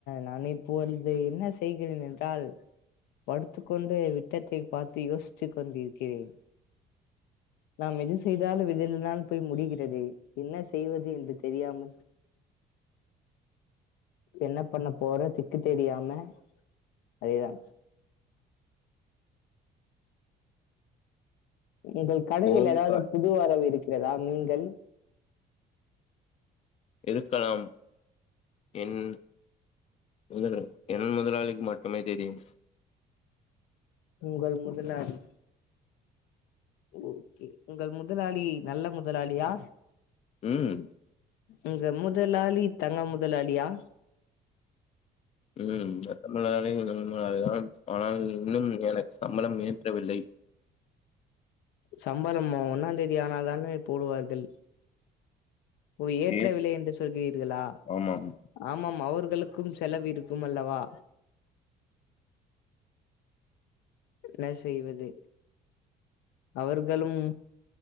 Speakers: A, on the left; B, on the left.
A: நானு இப்போ வந்து என்ன செய்கிறேன் என்றால் படுத்துக்கொண்டு விட்டத்தை பார்த்து யோசித்துக் கொண்டிருக்கிறேன் நாம் எது செய்தாலு விதலினால் போய் முடிகிறது என்ன செய்வது என்று தெரியாமல் என்ன பண்ண போற திக்கு தெரியாம அதேதா உங்கள் கடையில்
B: ஓங்கால்
A: ஏதாவது புதுவரவு இருக்கிறதா மீன்கள்
B: இருக்கலாம் என் முதல என் முதலாளிக்கு மட்டுமே தெரியும்
A: உங்கள் முதலாளி ஓகே உங்கள் முதலாளி நல்ல முதலாளியா
B: ம்
A: எங்க முதலாளி தங்க முதலாளியா
B: ம் எந்த மொதலாளியு நல்ல மொதலாளி தா ஆனால் இன்னும் எனக்கு சம்பளம் ஏற்றவில்லை
A: சம்பளம் ஒன்னாம் தேதி ஆனால்தானே போடுவார்கள் ஓ ஏற்றவில்லை
B: ஏ
A: என்று சொல்கிறீர்களா
B: ஆமாம்
A: ஆமாம் அவர்களுக்கும் செலவு இருக்கும் அல்லவா என்ன செய்வது அவர்களும்